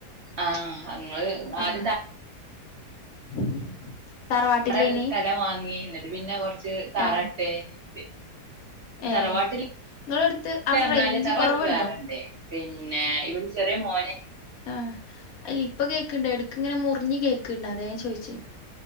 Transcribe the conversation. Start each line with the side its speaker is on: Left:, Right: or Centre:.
Right: ആഹ് ഇങ്ങള് ആര്
Left: ആഹ് <inaudible> തറവാട്ടിലേനി
Right: വെറോ ഏതോ സ്ഥലം വാങ്ങി ന്നട്ട് പിന്നെ കൊറച്ച് തറട്ട്
Left: ഏഹ്
Right: പി
Left: ഏഹ്
Right: തറവാട്ടിൽ
Left: ഇങ്ങളെടുത്ത് അവിടെ
Right: ലറ്ഞ്ഞാല്
Left: റേഞ്ച്
Right: തറവാട്ടിൽ
Left: കൊറവുണ്ടോ
Right: വേറെണ്ട് പിന്നെ ഇവടെ ചെറിയ മോനെ
Left: ആഹ അല്ല ഇപ്പൊ കേക്കണ്ട് എടക്ക ഇങ്ങനെ മുറിഞ്ഞ കേക്കണ്ട് അതെ ഞാൻ ചോയിചെ